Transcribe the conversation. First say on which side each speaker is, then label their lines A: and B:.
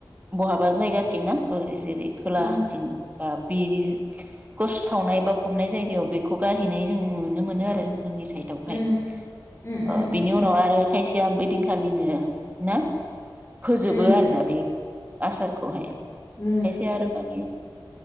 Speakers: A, on the right; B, on the left.
A: बहाबा जायगा थिं ना जेरै खोलाथिं
B: उम
A: बा बेनि गस सावनाय बा फबनाय जायगायाव बेखौ गारहैनाय जों नुनो मोनो आरो जोंनि साइदावहाय
B: उम उम उम
A: ओ बेनि उनाव आरो खायसेया बै दिनखालिनो ना? फोजोबो
B: उम
A: आरोना बे । आसारखहाय।
B: उम
A: खायसे आरो मानि